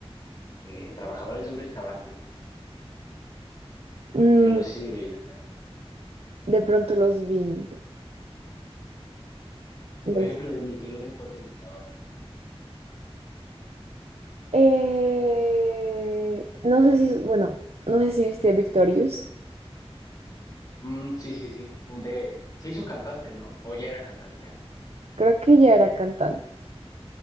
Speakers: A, on the left; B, on the right.
A: eh, trabajadores de un restaurante,
B: Mm,
A: pero no sé si lo llegaste a ver.
B: De pronto los vi. des-
A: Por ejemplo, de Nickelodeon, ¿cuál te gustaba?
B: Eh, no sé si, bueno, no sé si viste Victorious.
A: Mm, sí, sí, sí. un De, se hizo cantante, ¿no? O ya era cantante antes.
B: Creo que ella era cantante.